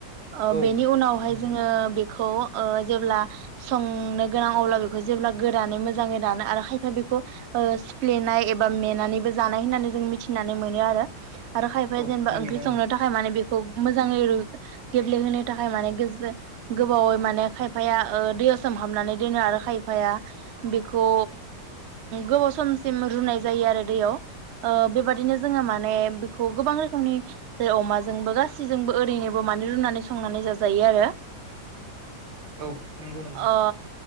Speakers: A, on the right (about 80°); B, on the right (about 75°).
A: ओ
B: औ
A: बेनि उनावहाय
B: नंगौ
A: जोङो खौ ओ जेब्ला संनो गोनां अब्ला बेखौ जेब्ला गोरानै मोजाङै रानो आरो खायफा बेखौ ओ सिफ्लेनाय एबा मेनानैबो जानाय होननानै जों मिथिनानै मोनो आरो आरो खायफाया
B: औ
A: जेनेबा
B: थारैनो
A: ओंख्रि संनो
B: नोंथां
A: थाखाय माने बे खौ मोजाङै गेब्ले होनो थाखाय माने गोजो गोबावै माने खायफाया, ओ दैयाव सोमहाबनानै दोनो आरो खायफाया बेखौ गोबाव ओ समसिम रुनाय जायो आरो दैयाव बेबादिनो जोङो माने बेखौ गोबां रोखोमनि जेरै अमाजोंबो गासैजोंबो ओरैनोबो माने रुनानै संनानै जाजायो आरो
B: औ नंगौ नंगौ
A: अ